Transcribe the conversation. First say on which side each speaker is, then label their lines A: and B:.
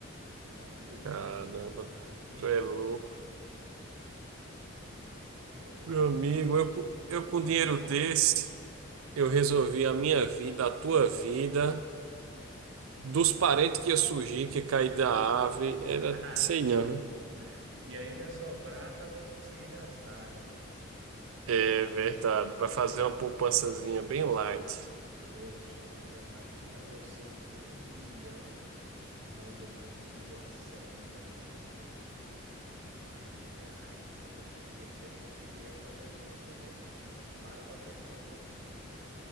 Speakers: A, on the right (about 65°); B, on the right (about 80°).
A: Você já viu?
B: Caramba,
A: Imagina.
B: tu é louco.
A: Que que é isso? Aí eu
B: Meu
A: tava
B: amigo,
A: pensando,
B: eu, com- eu com dinheiro desse, eu resolvi a minha vida, a tua vida, dos parentes que ia surgir, que ia cair da árvore, era,
A: <laughs>
B: sei não, viu?
A: E ainda ia sobrar para não conseguir gastar, né?
B: É verdade, para fazer uma poupançazinha bem light.
A: Poxa, mas imagina você com um bilhão e mais ou menos um bilhão e cem milhões de, de reais, mais ou menos, o que que você conseguiria fazer com esse dinheiro? Você para para pensar um pouquinho.